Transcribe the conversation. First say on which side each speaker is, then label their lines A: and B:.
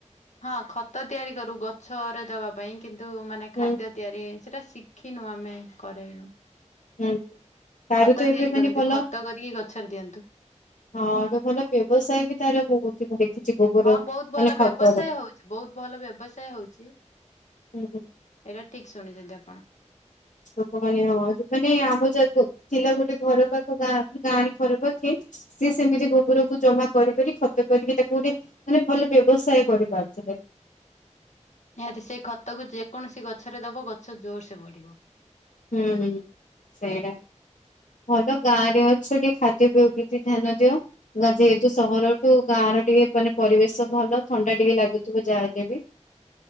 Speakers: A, on the left (about 70°); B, on the left (about 80°).
A: ହଁ ଖତ ତିଆରି କରୁ ଗଛରେ ଦବା ପାଇଁ କିନ୍ତୁ ମାନେ ଖାଦ୍ୟ
B: ହୁଁ
A: ତିଆରି ସେଟା ଶିଖିନୁ ଆମେ କରେଇନୁ।
B: ହୁଁ। ତାର
A: ଖତ
B: ତ ଏବେ
A: ତିଆରି
B: ମାନେ
A: କରନ୍ତି
B: ଭଲ
A: ଖତ କରିକି ଗଛରେ ଦିଅନ୍ତୁ
B: ହଁ ଏବେ ଭଲ ବ୍ୟବସାୟ ବି ତାର ହଉଛି ମୁଁ ଦେଖିଛି ଗୋବର
A: ହଁ ବହୁତ ଭଲ
B: ମାନେ ଖତର
A: ବ୍ୟବସାୟ ହଉଛି ବହୁତ ଭଲ ବ୍ୟବସାୟ ହଉଛି ଏଇଟା
B: ହୁଁ ହୁଁ
A: ଠିକ ଶୁଣିଛନ୍ତି ଆପଣ।
B: ଲୋକମାନେ ଆମ ଯ ଥିଲା ଗୋଟେ ଘର ପାଖ ଗାଁ ଗାଁରେ ଘର ପାଖେ ସିଏ ସେମିତି ଗୋବରକୁ ଜମା କରିିକ ଖତ କରିକି ତାକୁ ଗୋଟେ ମାନେ ଭଲ ବ୍ୟବସାୟ କରିପାରୁଥିଲେ।
A: ନିହାତି ସେହି ଖତକୁ ଯେକୌଣସି ଗଛରେ ଦବ ଗଛ ଜୋରସେ ବଢ଼ିବ।
B: ହୁଁ ହୁଁ ସେଇଟା ଭଲ ଗାଁ ରେ ଅଛ ଟିକେ ଖାଦ୍ୟପେୟ ପ୍ରତି ଧ୍ୟାନ ଦିଅ ଯେହେତୁ ସହରଠୁ ଗାଁର ଟିକେ ମାନେ ପରିବେଶ ଭଲ ଥଣ୍ଡା ଟିକେ ଲାଗୁଥିବ ଯାହା ହେଲେ ବି।